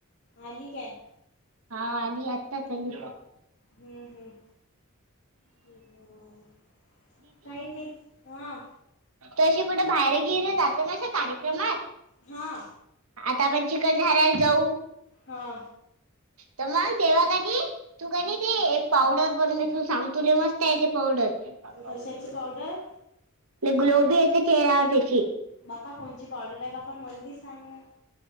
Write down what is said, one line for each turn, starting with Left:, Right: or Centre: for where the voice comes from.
Left: आली काय?
Right: हा आली आत्ताच आली.
Left: हम् हम बोल काही नाही. हां.
Right: तशी कुठं बाहेर गेली जात नशे कार्यक्रमात
Left: हां
Right: आता आपण चिखल झारायला जाऊ.
Left: हा.
Right: त मग तेवा कर <unintelligible> तू का नाही ते एक पावडर बनून देते मी सांगतू तुले मस्त आहे ते पावडर.
Left: कशाची पावडर
Right: ग्लो बी येते चेहऱ्यावर त्याने.
Left: बापा कोणची पावडर आहे बापा मलबी सांग.